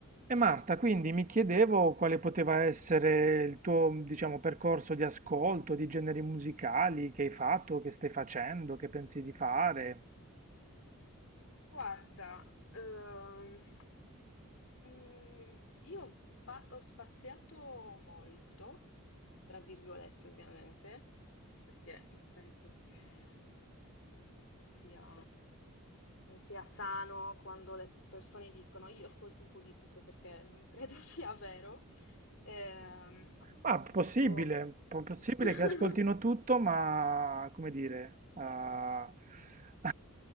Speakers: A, on the right; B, on the left.
A: E Marta, quindi mi chiedevo quale poteva essere il tuo, diciamo, percorso di ascolto, di generi musicali che hai fatto, che stai facendo, che pensi di fare.
B: Guarda, ehm, mm, io ho spa- ho spaziato molto, tra virgolette ovviamente, perché penso che mm, sia, non sia sano quando le persone dicono io ascolto un po' di tutto perché non credo <laughs> sia vero. Ehm,
A: Ma possibile,
B: ho
A: po- possibile
B: <laughs>
A: che ascoltino tutto, ma come dire, ah, <laughs>